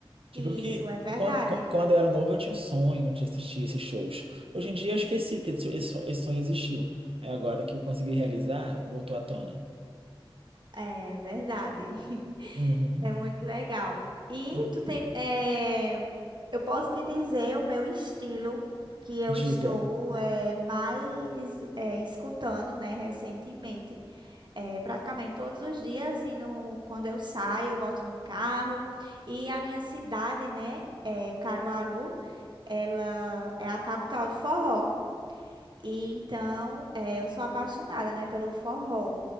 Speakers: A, on the right; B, on the right.
A: Tipo
B: Isso
A: que
B: é verdade.
A: quando, qu- quando eu era novo eu tinha o sonho de assistir esses shows. Hoje em dia eu esqueci que esse, esse sonho esse sonho existiu. Aí agora que eu consegui realizar, voltou à tona.
B: É verdade. <laughs>
A: Uhum.
B: É muito legal. E
A: Hum,
B: tu tem, é, eu posso te dizer o meu estilo que eu
A: Diga.
B: estou é, mais é, escutando, né, recentemente. É, praticamente todos os dias, indo, quando eu saio, eu boto no carro. E a minha cidade, né, é, Caruaru, ela é a capital do forró. E então, eh, eu sou apaixonada, né, pelo forró.